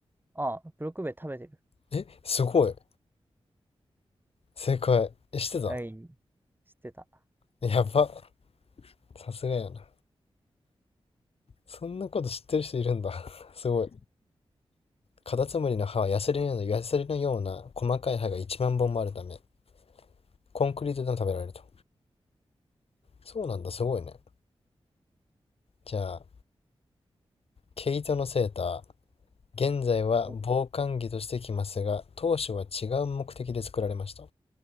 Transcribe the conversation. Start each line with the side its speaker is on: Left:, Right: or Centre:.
Right: ああ、ブロックベ食べてる。
Left: え、すごい。正解。え、してた
Right: はい。知ってた。
Left: やば。さすがやな。そんなこと知ってる人いるんだ。<laughs> すごい。カタツムリの歯はヤスリのような、ヤスリのような細かい歯が1万本もあるため、コンクリートでも食べられると。そうなんだ、すごいね。じゃあ、毛糸のセーター。現在は防寒着としてきますが、
Right: お、
Left: 当初は違う目的で作られました。